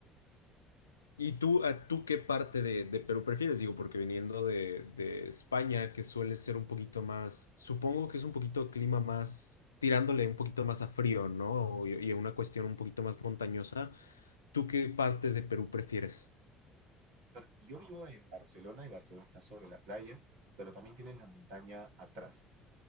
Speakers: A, on the left; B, on the right.
A: ¿Y tú, a tú qué parte de, de Perú prefieres? Digo, porque viniendo de, de España, que suele ser un poquito más, supongo que es un poquito clima más, tirándole un poquito más a frío, ¿no? Y, y una cuestión un poquito más montañosa. ¿Tú qué parte de Perú prefieres?
B: Per- Yo vivo en Barcelona y Barcelona está sobre la playa, pero también tienes la montaña atrás.